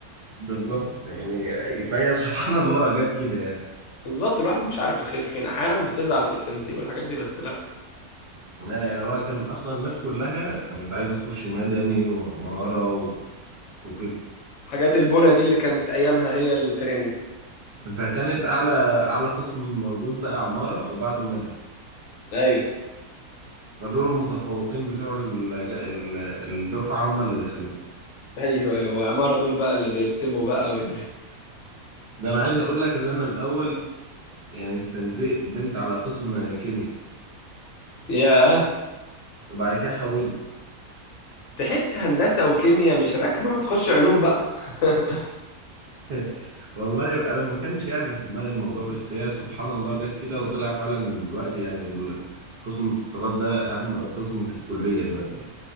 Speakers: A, on the right; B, on the left.
A: بالظبط يعني فهي سبحان الله جت كده يعني
B: بالظبط الواحد مش عارف الخير فين احيانا بتزعل في التنسيق والحاجات دي بس لا
A: لا يعني هو كان أصلا الناس كلها كانت عايزة تخش مدني وعمارة و... وكده
B: حاجات البونة دي اللي كانت ايامها هي الترند
A: فكانت أعلى أعلى قسم موجود بقى عمارة وبعده مدني
B: ايوه
A: فدول المتفوقين بتوع الج- ال- الدفعة هم اللي دخلوه
B: ايوه ايوه وعمارة دول بقى اللي بيرسموا بقى وال... <laughs>
A: ده أنا عايز أقول لك إن أنا الأول يعني التنسيق قدمت على قسم كيمياء
B: ياه
A: وبعد كده حول
B: تحس هندسة وكيمياء مش راكبة ما تخش علوم بقى <laughs>
A: <laughs> والله انا ما كانش يعني في دماغي الموضوع بس هي سبحان الله جت كده وطلع فعلا الوقت يعني ال- قسم الاتصالات ده اهم قسم في الكلية الوقت يعني.